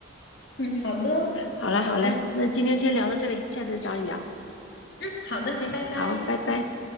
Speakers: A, on the left; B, on the left.
A: 嗯，好的，
B: 好嘞好嘞，
A: 好的，
B: 那今天先聊到这里，下次找你聊。
A: 嗯，好的，
B: OK，
A: 拜拜。
B: 好，拜拜。